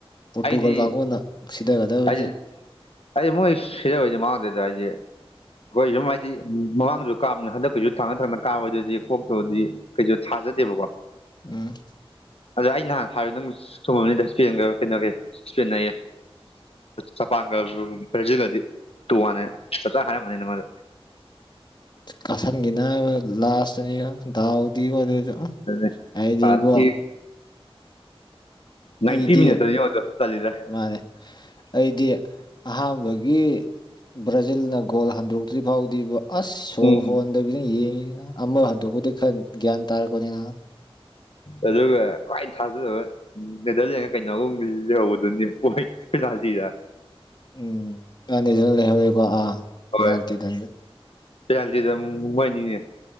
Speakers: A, on the left (about 45°); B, on the left (about 70°).
A: ꯄꯣꯔꯇꯨꯒꯜ
B: ꯑꯩꯗꯤ
A: ꯀꯥꯡꯕꯨꯅ ꯁꯤꯊꯒꯗꯕꯕꯁꯤ
B: ꯑꯩ ꯑꯩ ꯃꯣꯏ ꯁꯤꯙꯕ ꯍꯥꯏꯖꯦ ꯃꯥꯋꯥ ꯂꯧꯗꯦꯗ ꯑꯩꯁꯦ ꯑꯩꯈꯣꯏ ꯁꯨꯝ ꯍꯥꯏꯗꯤ ꯃꯃꯥꯡꯗꯁꯨ ꯀꯥꯕꯅꯤ ꯍꯟꯗꯛꯀꯤꯁꯨ ꯊꯥꯡꯅ ꯊꯥꯡꯅ ꯀꯥꯕꯗꯨꯗꯤ ꯀꯣꯛꯇꯕꯗꯤ ꯀꯩꯁꯨ ꯊꯥꯖꯗꯦꯕꯀꯣ
A: ꯎꯝ
B: ꯑꯗꯣ ꯑꯩ ꯅꯍꯥꯟ ꯍꯥꯏꯕꯗ ꯑꯗꯨ ꯆꯨꯃꯝꯅꯤꯗ ꯏꯁꯄꯦꯟꯒ ꯅꯣꯒꯤ ꯏꯁꯄꯦꯟ ꯍꯥꯏꯌꯦ ꯖꯄꯥꯟꯒ ꯕ꯭ꯔꯥꯖꯤꯜꯒꯗꯤ ꯇꯨ ꯋꯥꯅꯦ ꯆꯞ ꯆꯥ ꯍꯥꯏꯔꯝꯃꯅꯤ ꯅꯪꯉꯣꯟꯗ
A: ꯀꯥꯁꯟꯈꯤ ꯅꯥꯕ ꯂꯥꯁꯇꯗꯤ ꯗꯥꯎꯗꯤ ꯑꯗꯨꯁꯨ
B: ꯑꯗꯨꯅꯦ
A: ꯍꯥꯏꯗꯤꯕꯨ
B: ꯐ꯭ꯔꯥꯟꯁꯀꯤ ꯅꯥꯏꯟꯇꯤ
A: ꯑꯩꯗꯤ
B: ꯃꯤꯅꯠꯇꯅꯤ ꯌꯦꯡꯉꯣ ꯆꯜꯂꯤꯗꯣ
A: ꯃꯥꯅꯦ ꯑꯩꯗꯤ ꯑꯍꯥꯟꯕꯒꯤ ꯕ꯭ꯔꯥꯖꯤꯜꯅ ꯒꯣꯜ ꯍꯟꯗꯣꯛꯇ꯭ꯔꯤ ꯐꯥꯎꯗꯤꯕꯣ ꯑꯁ ꯁꯣꯔ
B: ꯎꯝ
A: ꯍꯣꯟꯗꯕꯤꯗꯅ ꯌꯦꯡꯉꯤꯁꯤꯅ ꯑꯃ ꯍꯟꯗꯣꯛꯄꯗꯤ ꯈꯔ ꯒ꯭ꯌꯥꯟ ꯇꯥꯔꯛꯄꯅꯤꯅ
B: ꯑꯗꯨꯒ ꯈ꯭ꯋꯥꯏ ꯊꯥꯖꯗꯕ ꯎ ꯅꯦꯗꯔꯂꯦꯟꯒ ꯀꯩꯅꯣꯒꯨꯝꯕ ꯂꯩꯍꯧꯕꯗꯨꯅꯦ ꯄꯣꯏ ꯄꯦꯅꯥꯜꯇꯤꯗ
A: ꯎꯝ <unintelligible> ꯂꯩꯍꯧꯔꯦꯀꯣ ꯑꯥ ꯄꯦꯅꯥꯜꯇꯤꯗ
B: ꯍꯣꯏ ꯄꯦꯅꯥꯜꯇꯤꯗ ꯃꯣꯏꯅꯤꯅꯦ